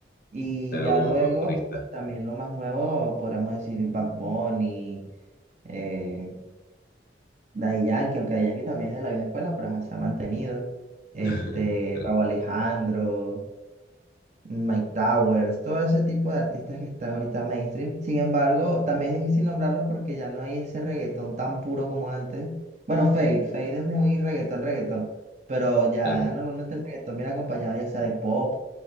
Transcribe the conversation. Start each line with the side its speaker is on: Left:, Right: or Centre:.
Right: Y
Left: claro,
Right: ya
Left: como
Right: luego,
Left: más purista.
Right: pues también lo más nuevo, podríamos decir Bad Bunny, eh, Daddy Yankee, aunque Daddy Yankee también es de la vieja escuela, pero ajá, se ha mantenido. Este,
Left: <laughs> Claro,
Right: Rauw Alejandro, Mike Towers, todo ese tipo de artistas que están ahorita mainstream. Sin embargo, también es difícil nombrarlos porque ya no hay ese reggaetón tan puro como antes. Bueno, Fade, Fade es muy reggaetón, reggaetón, pero ya
Left: claro,
Right: normalmente el reggaetón viene acompañado ya sea de pop